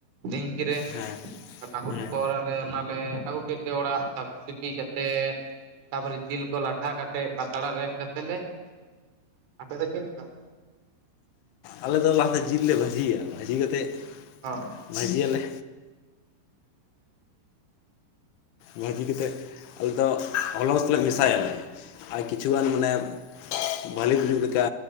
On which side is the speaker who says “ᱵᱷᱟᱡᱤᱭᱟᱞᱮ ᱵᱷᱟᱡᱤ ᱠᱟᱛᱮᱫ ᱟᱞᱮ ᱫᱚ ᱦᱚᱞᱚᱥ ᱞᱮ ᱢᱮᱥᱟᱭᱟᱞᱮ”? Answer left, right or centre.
Left